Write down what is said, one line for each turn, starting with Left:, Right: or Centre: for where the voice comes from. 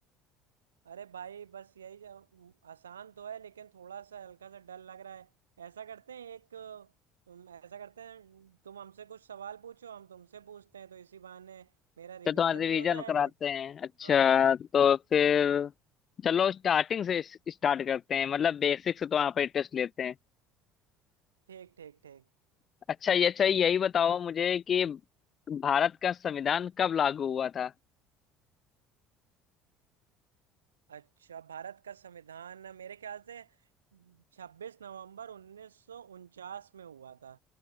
Right: अरे भाई बस यही जो- आसान तो है लेकिन थोड़ा सा हल्का सा डर लग रहा है ऐसा करते हैं एक अम, ऐसा करते हैं तुम हमसे कुछ सवाल पूछो हम तुमसे पूछते हैं तो इसी बहाने मेरा
Left: तो
Right: रिवीजन
Left: तुम्हारा रिवीजन
Right: भी हो जाएगा
Left: कराते हैं अच्छा
Right: हाँ
Left: तो फिर चलो स्टार्टिंग से स्टार्ट करते हैं मतलब बेसिक से तो वहाँ पर टेस्ट लेते हैं
Right: ठीक ठीक ठीक
Left: अच्छा ये अच्छा यही बताओ मुझे कि भारत का संविधान कब लागू हुआ था
Right: अच्छा भारत का संविधान मेरे ख्याल से छब्बीस नवंबर उन्नीस सौ उनचास में हुआ था